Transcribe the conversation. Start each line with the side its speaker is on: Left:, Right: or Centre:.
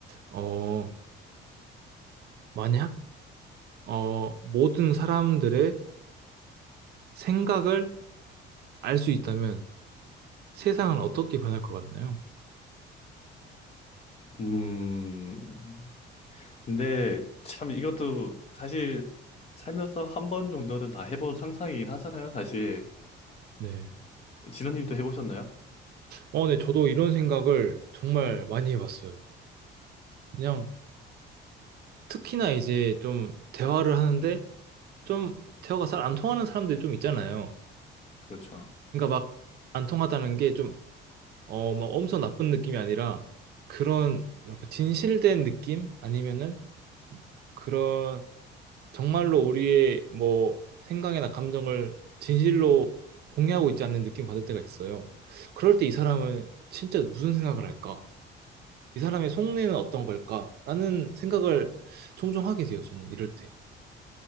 Right: 어, 만약, 어, 모든 사람들의 생각을 알 수 있다면 세상은 어떻게 변할 것 같나요?
Left: 음. 근데 참 이것도 사실 살면서 한 번 정도는 다 해본 상상이긴 하잖아요, 사실.
Right: 네.
Left: 진원님도 해보셨나요?
Right: 어, 네, 저도 이런 생각을 정말 많이 해봤어요. 그냥 특히나 이제 좀 대화를 하는데 좀 대화가 잘 안 통하는 사람들이 좀 있잖아요.
Left: 그렇죠.
Right: 그러니까 막 안 통하다는 게 좀, 어, 막 엄청 나쁜 느낌이 아니라 그런, 뭐랄까, 진실된 느낌? 아니면은 그런 정말로 우리의 뭐 생각이나 감정을 진실로 공유하고 있지 않는 느낌 받을 때가 있어요. 그럴 때 이 사람은 진짜 무슨 생각을 할까? 이 사람의 속내는 어떤 걸까? 라는 생각을 종종 하게 돼요, 저는 이럴 때.